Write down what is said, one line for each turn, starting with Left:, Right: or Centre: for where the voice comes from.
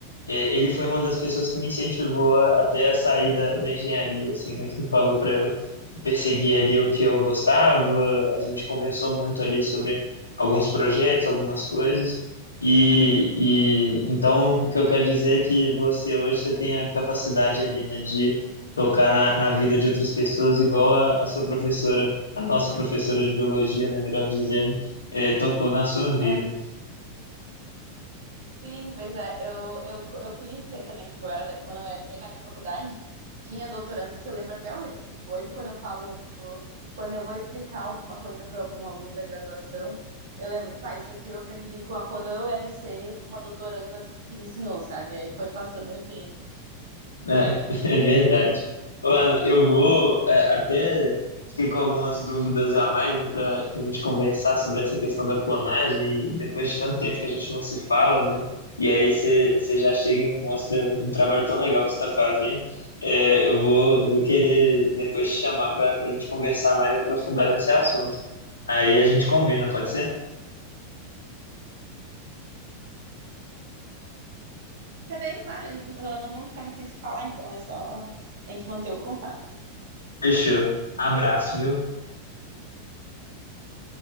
Left: é, ele foi uma das pessoas que me incentivou a, até a sair da, da engenharia, assim, né? Que falou para eu perseguir ali o que eu gostava. A gente conversou muito ali sobre alguns projetos, algumas coisas. E, e então o que eu quero dizer é que você hoje você tem a capacidade ali, né, de tocar na, na vida de outras pessoas, igual a, a sua professora, a nossa professora de biologia, né, melhor dizendo, é, tocou na sua vida.
Right: É, sim, pois é, eu, eu, eu fui I C também, tipo, eu era da- quando eu entrei na faculdade, tinha doutorandos que eu lembro até hoje, assim, tipo, hoje quando eu falo, quando eu vou explicar alguma coisa para algum aluno da graduação, eu lembro, tipo, ah, isso aqui eu aprendi com a- quando eu era I C com uma doutoranda que me ensinou, sabe? Aí foi passando o dia.
Left: É, <laughs> é verdade. Ô, eu vou é, até fiquei com algumas dúvidas a mais, né, para a gente conversar sobre essa questão da clonagem, e depois de tanto tempo que a gente não se fala, né? E aí você você já chega e me mostra um trabalho tão legal que você está fazendo. É, eu vou, vou querer depois te chamar para a gente conversar mais aprofundado nesse assunto. Aí a gente combina, pode ser?
Right: Tá bem, claro. A gente, ah, não vamos ficar mais sem se falar, então. É só a gente manter o contato.
Left: Fechou. Abraço, viu?